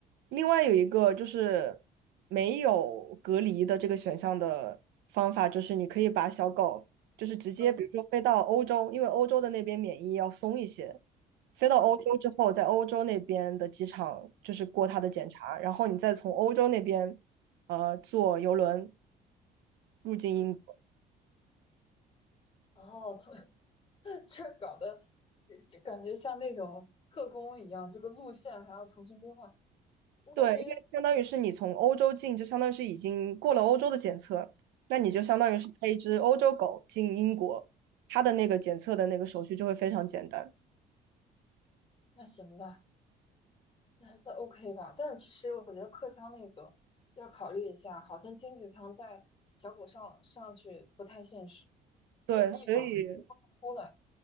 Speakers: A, on the right; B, on the left.
A: 另外有一个就是没有隔离的这个选项的方法，就是你可以把小狗就是直接，
B: 嗯
A: 比如说飞到欧洲，因为欧洲的那边免疫要松一些，飞到欧洲之后，
B: 嗯。
A: 在欧洲那边的机场就是过它的检查，然后你再从欧洲那边呃坐邮轮入境英国。
B: 嗯，哦，从 <laughs> 这搞得这这感觉像那种特工一样，这个路线还要重新规划。我感觉
A: 对，因为相当于是你从欧洲进，就相当于是已经过了欧洲的检测，那你就相当于是带一只欧洲狗进英国，
B: 哦，
A: 它的那个检测的那个手续就会非常简单。
B: 那行吧，那那 OK 吧。但是其实我觉得客舱那个要考虑一下，好像经济舱带小狗上上去不太现实，
A: 对，
B: 没有地方不出来。
A: 所以